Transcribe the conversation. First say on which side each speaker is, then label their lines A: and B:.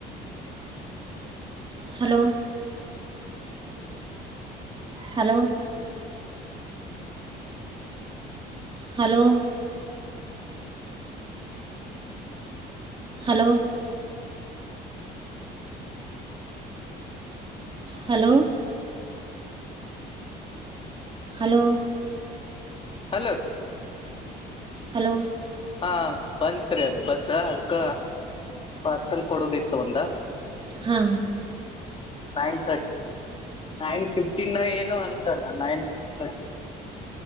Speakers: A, on the right; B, on the left.
A: hello hello hello hello hello hello
B: hello <inaudible>
A: hello
B: ಹಾ ಬಂತ್ರಿ ಅದ್ ಬಸ್ ಅದ್ಕ ಪಾರ್ಸಲ್ ಕೊಡೋದಿತ್ತು ಒಂದ.
A: ಹಾ
B: ನೈನ್ ತರ್ಿ ನೈನ್ ಫಿಫ್ಟಿನ ಏನು ಅಂದಲ್ಲ ನೈನ್ ತರ್ಟಿ <inaudible>